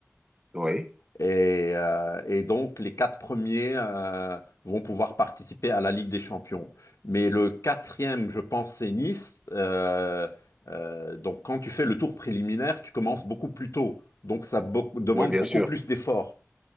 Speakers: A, on the right; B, on the left.
A: Oui.
B: Et, euh, et donc, les quatre premiers euh, vont pouvoir participer à la Ligue des Champions. Mais le quatrième, je pense, c'est Nice. Euh, euh, donc, quand tu fais le tour préliminaire, tu commences beaucoup plus tôt. Donc, ça beau- demande
A: Oui, bien
B: beaucoup
A: sûr.
B: plus d'efforts.